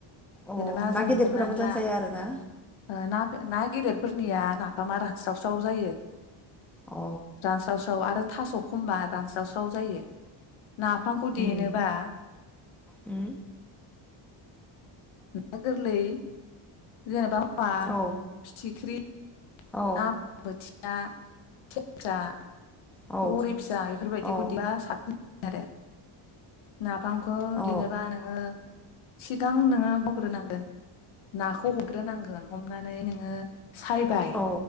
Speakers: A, in the centre; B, on the left.
A: अ
B: जेनेबा
A: ना
B: जों
A: गेदेरफोरा
B: हमनानै
A: मोजां
B: ला
A: जाया आरोना
B: ओ नाफ नायख गेदेरफोरनिया नाफामा रानस्रावस्राव जायो।
A: अ
B: रान स्राव स्राव आरो थास' खमबा रानस्रावस्राव जायो। नाफामखौ देनोबा
A: उम उम
B: ना गोरलै जेनेबा बा
A: औ
B: फिथिख्रि
A: औ
B: ना बोथि या <unintelligible>
A: औ
B: गघरि फिसा एफोरबायदिखौ
A: औ
B: देब्ला साबसिन आरो ना नाफामखौ
A: औ
B: देनोबा नोङो? सिगां नोङो मावग्रोनांगोन नाखौ हमग्रोनांगोन हमनानै नोङो सायबाय
A: औ